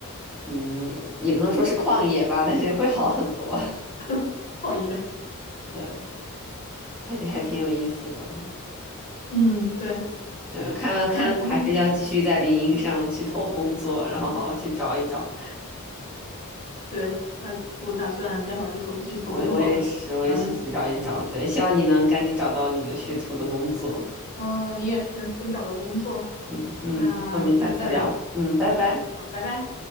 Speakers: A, in the centre; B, on the left.
A: 嗯，也不能说是旷野吧，但是会好很多。<laughs>
B: <laughs> 旷野。
A: 对，还挺还挺有意思的。
B: 嗯，对，
A: 对，看看还是要继续在领英上去偷工作，
B: 那今天
A: 然后好好去找一找。
B: 对，而我打算待会儿去投去投工作了。
A: 我我也是，我也是去找一找。
B: 那咱们，
A: 对，希望你能赶紧找到你的学徒的工作。
B: 嗯，你也是，祝你找到工作。
A: 嗯嗯，
B: 那下次再聊，
A: 那我们下次聊。嗯，拜拜。
B: 好，拜拜。